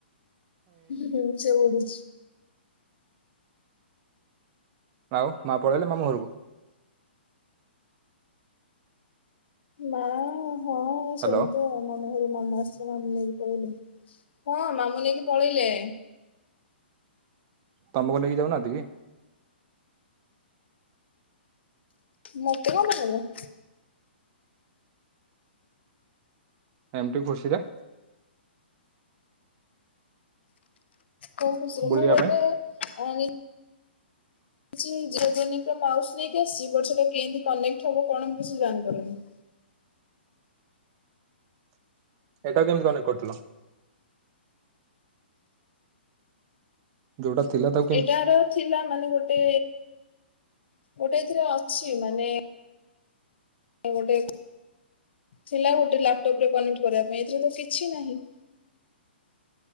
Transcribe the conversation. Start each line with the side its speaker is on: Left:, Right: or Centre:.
Left: ହୁଁ ହୁଁ ସେ ଉଡୁଛି।
Right: ଆଉ ମା ପଳେଇଲେ ମାମୁଁ ଘରକୁ?
Left: ମା ହଁ
Right: ହ୍ୟାଲୋ
Left: ସେମିତି ଆଉ ମାମୁଁ ଘରେ ମାମୁଁ ଆସି ମାମୁଁ ନେଇକି ପଳେଇଲେ। ହଁ ମାମୁଁ ନେଇକି ପଳେଇଲେ।
Right: ତମକୁ ନେଇକି ଯାଉନାହାନ୍ତି କି?
Left: ମୋତେ କଣ ପାଇଁ ନେବେ?
Right: ଏମତି ଖୁସିରେ।
Left: କୋଉ ଖୁସିରେ
Right: ବୁଲିବା
Left: ମୁଁ ଗୋଟେ
Right: ପାଇଁ
Left: ଅଣି ଚି ଯେହେତୁ ଏହିନିକ ମାଉସି ନେଇକି ଆସିଛି ବଟ ସେଟା କେତି କନେକ୍ଟ ହବ କଣ ମୁଁ କିଛି ଜାଣିପାରୁନୁ?
Right: ଏଇଟାକୁ କେମିତି କନେକ୍ଟ କରୁଥିଲ? ଯୋଉଟା ଥିଲା ତା
Left: ଏଇଟାର ଥିଲା ମାନେ ଗୋଟେ ଗୋଟେ ଏଥିରେ ଅଛି ମାନେ ଏ ଗୋଟେ ଥିଲା ଗୋଟେ ଲାପଟପ ରେ କନେକ୍ଟ କରିବା ପାଇଁ ଏଥିରେ ତ କିଛି ନାହିଁ।